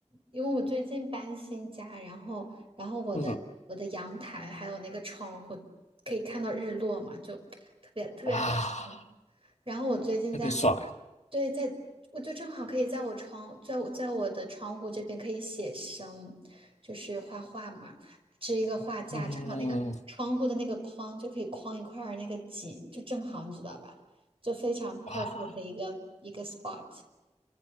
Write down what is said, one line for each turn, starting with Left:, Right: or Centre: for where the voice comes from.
Right: 因为我最近搬新家，然后然后我的我的阳台还有那个窗户可以看到日落嘛，
Left: 嗯，
Right: 就特别特别好看。
Left: 哇，
Right: 然后我最近在，
Left: 特别爽哎、
Right: 对，在我就正好可以在我窗在我在我的窗户这边可以写生，就是画画嘛，支一个画架，
Left: 嗯，
Right: 正好那个窗户的那个框就可以框一块儿那个景，就正好你知道吧，就非常 perfect
Left: 哇
Right: 的一个一个 spot。